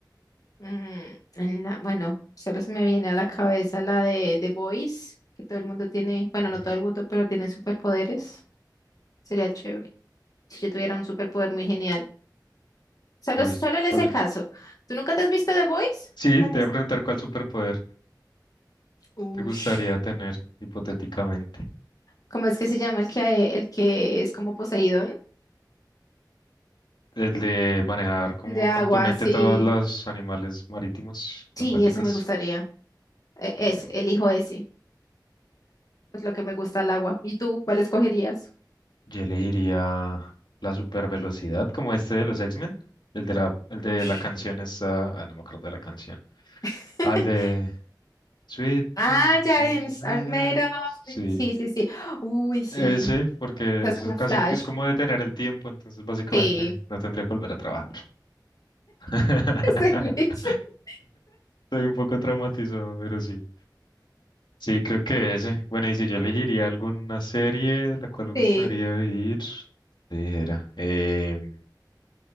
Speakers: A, on the left; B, on the left.
A: mm, en la- bueno, solo se me viene a la cabeza la de The Boys, que todo el mundo tiene, bueno,
B: Mm,
A: no todo el mundo, pero tiene superpoderes. Sería chévere si yo tuviera un superpoder muy genial. Solo,
B: ¿Cuál,
A: solo en ese
B: cuál?
A: caso. ¿Tú nunca te has visto The Boys?
B: Sí,
A: La
B: te
A: que es...
B: voy a preguntar cuál superpoder
A: Ush.
B: te gustaría tener hipotéticamente.
A: ¿Cómo es que se llama el que, eh, el que es como Poseidón?
B: El de manejar como
A: El de agua,
B: con tu mente
A: sí.
B: todos los animales marítimos, acuáticos.
A: Sí, eso me gustaría. E- Ese,
B: Mm,
A: elijo ese. pues lo que me gusta el agua. ¿Y tú, cuál escogerías?
B: Yo elegiría la super velocidad, como este de los X-Men, el de la, el de
A: Ush.
B: la canción esa, ah, no me acuerdo de la canción,
A: <laughs>
B: al de Sweet
A: Ah,
B: Things,
A: ya,
B: is
A: James,
B: made
A: are made
B: of-
A: of-
B: sí,
A: Sí, sí, sí. Uy, sí.
B: ese, porque
A: Es
B: eso
A: como
B: es casi
A: Flash.
B: que es como detener el tiempo, entonces básicamente
A: Sí.
B: no tendría que volver a trabajar. <laughs>
A: <laughs>
B: Estoy un poco traumatizado, pero sí. Sí, creo que ese. Bueno, y si yo elegiría alguna serie de la cual me gustaría
A: Sí. Sí.
B: ir, te dijera. em,